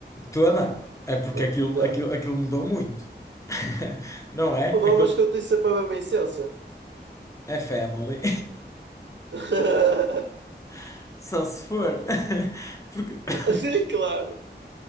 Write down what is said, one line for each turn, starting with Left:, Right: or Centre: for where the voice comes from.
Left: Toda? É porque
Right: Top,
Left: aquilo,
Right: já.
Left: aquilo, aquilo mudou muito. <laughs> Não é?
Right: O Domas
Left: Aquilo
Right: que eu tenho sempre a mesma essência.
Left: é family.
Right: <laughs>
Left: <laughs> Só se for. <laughs> Porque <coughs>
Right: Sim, claro.